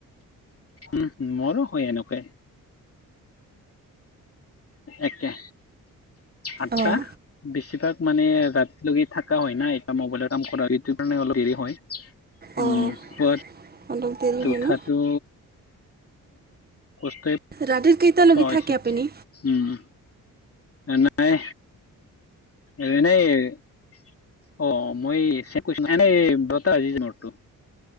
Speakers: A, on the left; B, on the right.
A: উম মৰো হয় এনেকেই একে আঠটা
B: অঁ
A: বেছিভাগ মানে ৰাতি তুমি থাকা হয় না এটা মবাইলৰ কাম কৰা হয় ই কাৰণে অলপ হেৰি হয় উম
B: অঁ,
A: পোৱাত
B: অলপ দেৰি হয়
A: উঠাটো
B: ন
A: কষ্টই
B: ৰাতিৰ কেইটালৈকে
A: প হৈছে
B: থাকে আপুনি
A: উম ন নাই এনেই <unintelligible>